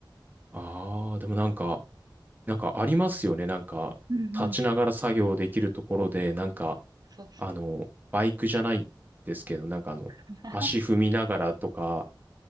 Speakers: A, on the right; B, on the right.
A: あー、でもなんか、なんかありますよね。なんか、
B: うんうん。
A: 立ちながら作業できるところで、なんか、
B: そうそう。
A: あの、バイクじゃないですけど、なんかあの、
B: <laughs>
A: 足踏みながらとか、